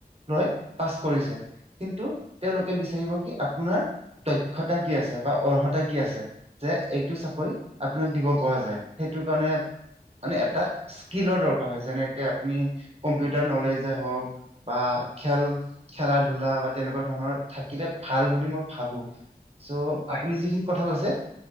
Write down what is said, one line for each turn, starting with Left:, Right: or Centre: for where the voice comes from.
Right: লৈ। পাছ কৰিছে কিন্তু
Left: হয়
Right: তেওঁলোকে বিচাৰিব কি আপোনাৰ দক্ষতা কি আছে বা অৰ্হতা কি আছে যে এইটো
Left: হয়
Right: চাকৰি আপোনাক দিব। পোৱা যায় সেইটো কাৰণে। মানে এটা স্কিলৰ দৰকাৰ হয় যেনেকে আপুনি কম্পিউটাৰ নলেজে হওক বা। খেল খেলা ধূলা বা তেনেকুৱা ধৰণৰ থাকিলে ভাল বুলি মই ভাবো। চ'
Left: হয়
Right: আপুনি যিখিনি কথা কৈছে।